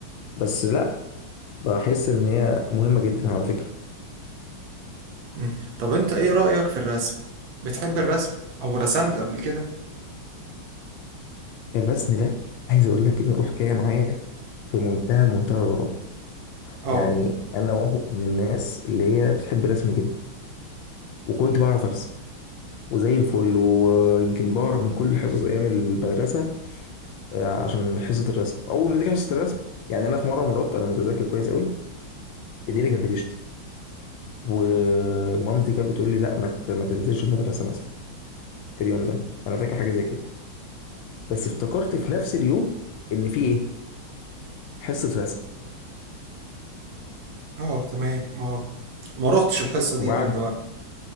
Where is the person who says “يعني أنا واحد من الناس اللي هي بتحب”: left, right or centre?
Left